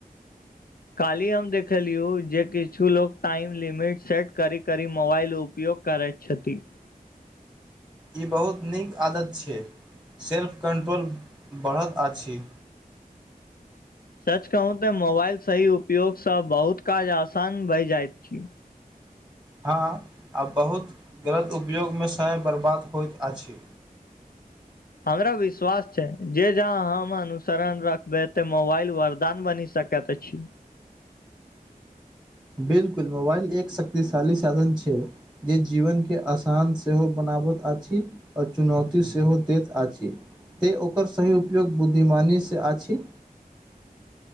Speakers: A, on the left (about 75°); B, in the centre.
A: काल्हि हम देखलियौ जे किछु लोग टाइम लिमिट सेट करिक करी मोबाइल उपयोग करैत छथि
B: ई बहुत नीक आदत छै सेल्फ कंट्रोल बढ़त अछि
A: सच कहू तऽ मोबाइल सही उपयोगसँ बहुत काज आसान भए जाइत छी
B: हँ आ बहुत गलत उपयोगमे समय बर्बाद होइत अछि
A: हमरा विश्वास छै जे जहा हम अनुसरण रखबै ते मोबाइल वरदान बनी सक तय तऽ छी
B: बिलकुल मोबाइल एक शक्तिशाली साधन छै जे जिवनके आसान सेहो बनाबैत अछि आ चुनौती सेहो देत अछि तै ओकर सही उपयोग बुद्धिमानीसँ आछि